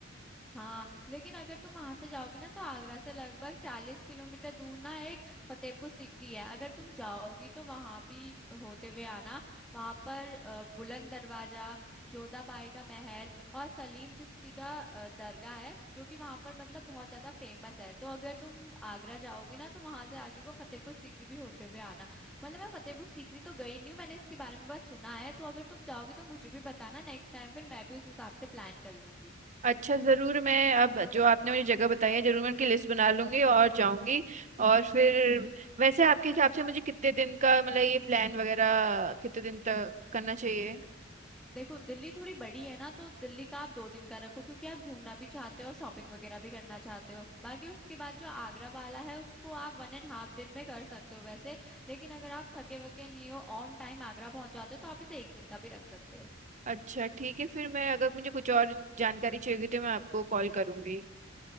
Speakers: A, in the centre; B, on the right (about 40°).
A: हाँ लेकिन अगर तुम वहां से जाओगे ना तो आगरा से लगभग चालीस किलोमीटर दूर ना एक फतेहपुर सीकरी है अगर तुम जाओगी तो वहां भी होते हुए आना वहां पर अ, बुलंद दरवाजा जोधाबाई का महल और सलीम चिश्ती का अ, दरगाह है जो कि वहां पर मतलब बहुत ज्यादा फेमस है तो अगर तुम आगरा जाओगी ना तो वहां से आगे को फतेहपुर सीकरी भी होते हुए आना मतलब मैं फतेहपुर सीकरी तो गई नहीं हूँ मैंने इसके बारे में बस सुना है तो अगर तुम जाओगे तो मुझे भी बताना नेक्स्ट टाइम फिर मैं भी उस हिसाब से प्लान कर लूंगी
B: अच्छा जरूर मैं अब जो आपने मुझे जगह बताई है जरूर मैं उनकी लिस्ट बना लूंगी और जाऊंगी और फिर वैसे आपके हिसाब से मुझे कितने दिन का मतलब ये प्लान वगैरह कितने दिन तक करना चाहिए
A: देखो दिल्ली थोड़ी बड़ी है ना तो दिल्ली का आप दो दिन का रखो क्योंकि आप घूमना भी चाहते हो और शॉपिंग वगैरह भी करना चाहते हो बाकी उसके बाद जो आगरा वाला है उसको आप वन एंड हाफ दिन में कर सकते हो वैसे लेकिन अगर आप थके वके नहीं हो ऑन टाइम आगरा पहुंच जाते हो तो आप इसे एक दिन का भी रख सकते हो
B: अच्छा ठीक है फिर मैं अगर मुझे कुछ और जानकारी चाहिए होगी तो मैं आपको कॉल करूंगी